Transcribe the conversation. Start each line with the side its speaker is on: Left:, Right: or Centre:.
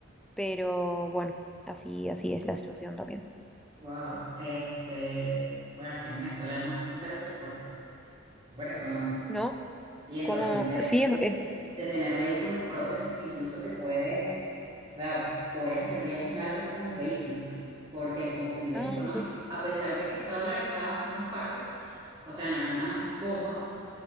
Centre: Pero bueno, así, así es la situación también.
Right: Wow, este, bueno, aquí en Venezuela no es tan caro el transporte, es súper económico.
Centre: ¿No?
Right: Y en
Centre: Como,
Right: cuestión de,
Centre: sí, es,
Right: de-
Centre: es-
Right: de- tener vehículos propios, incluso te puedes, o sea, puedes hacer viajes largos con los vehículos, porque el combustible
Centre: Ah,
Right: es económico.
Centre: ok,
Right: A pesar de que está dolarizado en algunas partes, o sea, en algunas bombas,